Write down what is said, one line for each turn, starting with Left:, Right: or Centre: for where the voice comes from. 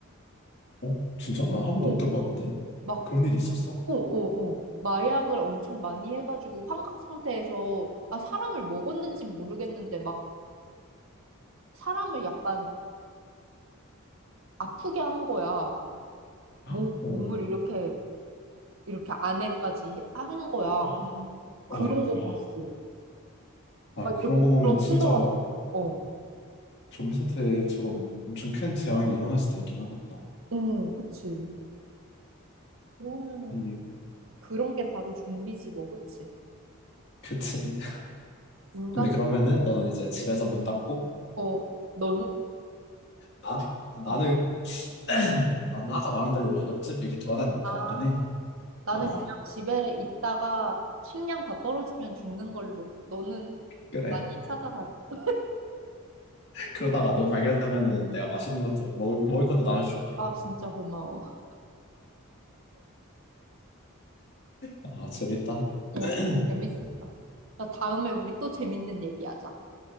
Left: 어? 진짜? 난 한 번도
Right: 오,
Left: 못 들어봤는데?
Right: 막,
Left: 그런 일이 있었어?
Right: 오 오 오 마약을 엄청 많이 해가지고 환각 상태에서, 아, 사람을 먹었는지 모르겠는데, 막 사람을 약간 아프게 한 거야.
Left: 어,
Right: 몸, 몸을 이렇게, 이렇게 안에까지 한 거야.
Left: 어, 어이구야.
Right: 그런 거 봤어.
Left: 아,
Right: 막
Left: 그런
Right: 이렇게
Left: 거 보면
Right: 불어
Left: 진짜
Right: 뜯어가지고. 어.
Left: 좀비 사태처럼 엄청 큰 재앙이 일어날 수도 있긴 하겠다.
Right: 응, 그치. 그러면,
Left: 이,
Right: 그런 게 바로 좀비지 뭐, 그치?
Left: 그치.
Right: 인간,
Left: 근데 그러면은 너는 이제 집에서 문 닫고,
Right: 어, 너는?
Left: 나? 나는,
Right: 어.
Left: <clears throat> 나는 아까 말한 대로 옆집 이렇게 돌아다니면 볼
Right: 아,
Left: 것 같긴 해.
Right: 나는
Left: 어,
Right: 그냥 집에 있다가 식량 다 떨어지면 죽는 걸로. 너는
Left: 그래.
Right: 많이 찾아다니고,
Left: 그러다가 너 발견하면은 내가 맛있는 것도, 먹을, 먹을 것도 나눠줄게.
Right: 아, 진짜 고마워.
Left: 아, 재밌다.
Right: 어,
Left: <clears throat>
Right: 재밌었다. 나 다음에 우리 또 재밌는 얘기하자.